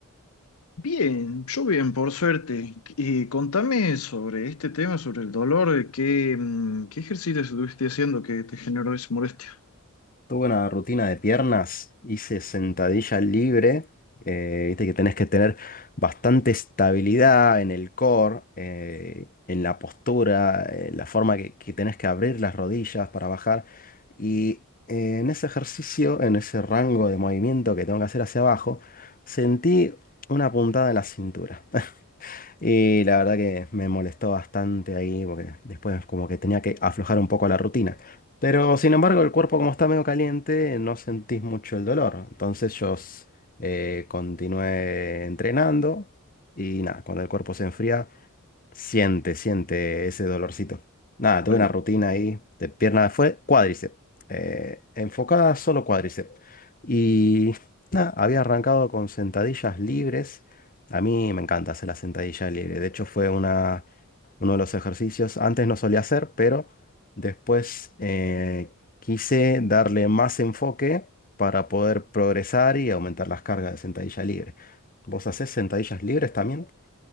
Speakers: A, on the left; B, on the left.
A: Bien, yo bien, por suerte. Y contame sobre este tema, sobre el dolor, ¿qué, mm, qué ejercicio estuviste haciendo que te generó esa molestia?
B: Tuve una rutina de piernas, hice sentadilla libre, eh, viste que tenés que tener bastante estabilidad en el core, eh, en la postura, en la forma que, que tenés que abrir las rodillas para bajar. Y eh, en ese ejercicio, en ese rango de movimiento que tengo que hacer hacia abajo, sentí una puntada en la cintura. Y la verdad que me molestó bastante ahí porque después como que tenía que aflojar un poco la rutina. Pero sin embargo el cuerpo como está medio caliente no sentís mucho el dolor. Entonces yo s- eh, continué entrenando y nada, cuando el cuerpo se enfría Siente, siente ese dolorcito. Nada, tuve
A: Al-
B: una rutina ahí de pierna, fue cuádriceps, eh, enfocada solo cuádriceps. Y nada, había arrancado con sentadillas libres. A mí me encanta hacer la sentadilla libre. De hecho, fue una, uno de los ejercicios. Antes no solía hacer, pero después eh, quise darle más enfoque para poder progresar y aumentar las cargas de sentadilla libre. ¿Vos hacés sentadillas libres también?